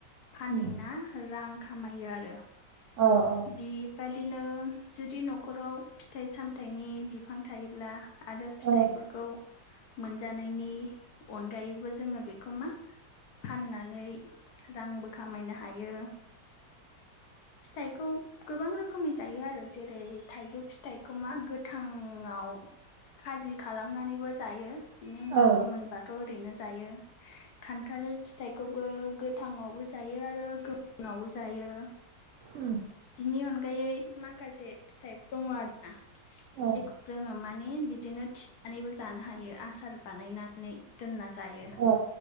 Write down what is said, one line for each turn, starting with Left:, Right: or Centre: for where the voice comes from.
Left: फानहैना
Right: उम
Left: रां खामायो आरो
Right: औ औ
Left: बेबादिनो जुदि न'खराव फिथाइ सामथायाइनि बिफां थायोब्ला आरो फिथाइफोरखौ
Right: औ
Left: मोनजानायनि अनगायैबो जोङो बेखौ मा फाननानै रांबो खामायनो हायो फिथाइखौ गोबां रोखोमनि जायो आरो जेरै थाइजौ फिथाइखौ मा गोथाङाव खाजि खालामनानैबो जायो बिनि उनाव
Right: औ
Left: गोमोन बा थ' ओरैनो जायो। खान्थाल फिथखौबो गोथांवबो जायो आरो गो उनावबो जायो
Right: उम
Left: बिनि अनगायै माखासे फिथाइ दङ' आ <unintelligible>
Right: औ
Left: जोङो माने बिदिनो थिनानैबो जानो हायो आसार बानायनानै दोनना जायो
Right: औ